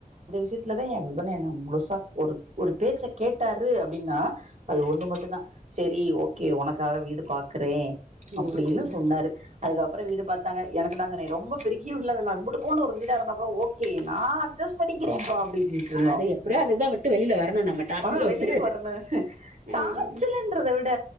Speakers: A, on the right; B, on the right.
A: கிட்டத்துல தா ஏ எதுனா என்ன முழுசா ஒரு ஒருப் பேச்சக் கேட்டாரு அப்டின்னா அது ஒண்ணு மட்டுந்தா செரி ஓகே உனக்காக வீடு பாக்றே
B: ம்
A: அப்டின்னு சொன்னாரு அதுக்கப்றோ வீடுப் பாத் தாங்க எனக்கு நா சொன்னே ரொம்பப் பெரி ரிய வீட்ல வேணா இம்புட்டுக் கோண்டு ஒரு வீடா இருந்தாக் கூட ஓகே நா அட்ஜஸ் பண்ணிக்கிறே பா அப்பின் கீட்ருந்தா
B: அது எப்டியோ அந்த இத விட்டு வெளில வரணு நம்ம டார்ச்சர
A: ஆ
B: விட்டு
A: வெளிய வர்ணு
B: ம்
A: டார்ச்சலன் ன்றதவிட